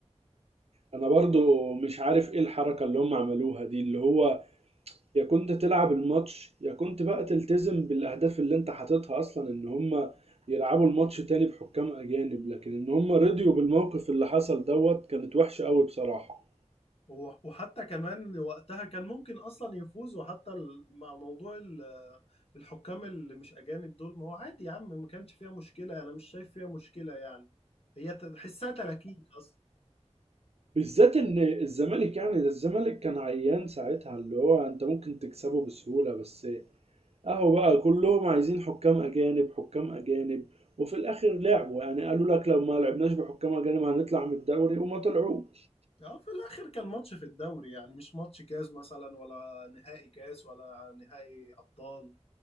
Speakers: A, on the right; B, on the left.
A: انا برضو مش عارف ايه الحركة اللي هم عملوها دي اللي هو يا كنت تلعب الماتش يا كنت بقى تلتزم بالاهداف اللي انت حاططها اصلا ان هم يلعبوا الماتش تاني بحكام اجانب لكن ان هم رضيوا بالموقف اللي حصل دوت كانت وحشة قوي بصراحة
B: و- وحتى كمان وقتها كان ممكن اصلا يفوز وحتى ال- مع موضوع ال- الحكام اللي مش اجانب دول ما هو عادي يا عم ما كانش فيها مشكلة انا مش شايف فيها مشكلة يعني هي تحسها تلاكيك اصلا
A: بالذات ان الزمالك يعني ده الزمالك كان عيان ساعتها اللي هو انت ممكن تكسبه بسهولة بس اهو بقى كلهم عايزين حكام اجانب حكام اجانب وفي الاخر لعبوا يعني قالوا لك لو ما لعبناش بحكام اجانب هنطلع من الدوري وما طلعوش
B: اه في الاخر كان ماتش في الدوري يعني مش ماتش كاس مثلا ولا نهائي كاس ولا نهائي ابطال